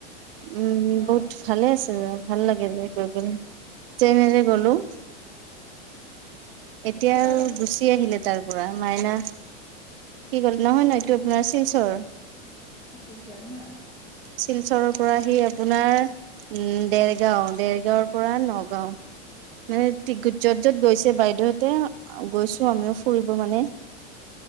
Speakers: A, on the right; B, on the left.
A: উম
B: অ
A: বহুত ভালে আছে ভাল লাগে যে চেন্নাইৰে গলো এতিয়া
B: অ
A: আৰু
B: তাৰ
A: গুচি আহিলে তাৰ পৰা মাইনা কি কল নহয় নহয়
B: অ
A: এইটো আপোনাৰ শিলচৰ
B: আচুৰ্যত ন
A: শিলচৰ পৰা আহি আপোনাৰ উম দেৰগাঁও দেৰগাঁওৰ পৰা নগাঁও মানে ু যত যত গৈছে বাইদেউহতে গৈছো আমিও ফুৰিব মানে